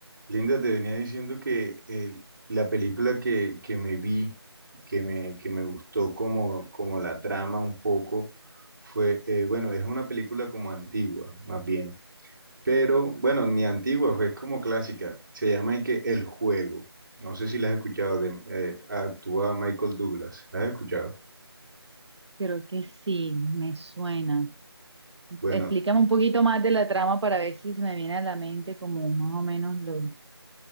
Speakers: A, on the right (about 45°); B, on the right (about 80°).
A: Linda, te venía diciendo que el- la película que, que me vi, que me, que me gustó como, como la trama un poco, fue, eh, bueno, es una película como antigua, más bien, pero bueno, ni antigua, fue, es como clásica, se llama y que El Juego, no sé si la has escuchado, de, eh, actúa Michael Douglas, ¿la has escuchado?
B: Creo que sí, me suena.
A: Bueno,
B: Explícame un poquito más de la trama para ver si se me viene a la mente como más o menos lo,